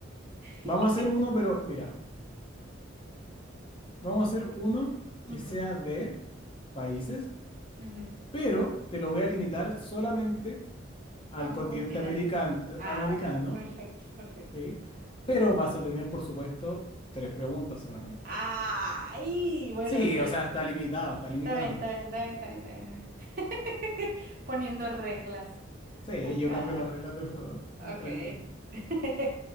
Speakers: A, on the right; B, on the left.
A: <laughs>
B: Vamos a hacer uno, pero mira, vamos a hacer uno que
A: Ujú,
B: sea de países,
A: ujú.
B: pero te lo voy a limitar solamente al
A: A un
B: continente
A: continente.
B: american-
A: Ah,
B: americano,
A: ok, perfecto, perfecto.
B: ¿sí? Pero vas a tener, por supuesto, tres preguntas solamente.
A: Ay, bueno,
B: Sí,
A: ok. Está
B: o sea, está limitado, está limitado.
A: bien, está bien, está bien, está bien, está bien. <laughs> Poniendo reglas
B: Sí,
A: acá.
B: yo cambio las reglas del juego, t-
A: Ok.
B: tranqui.
A: <laughs>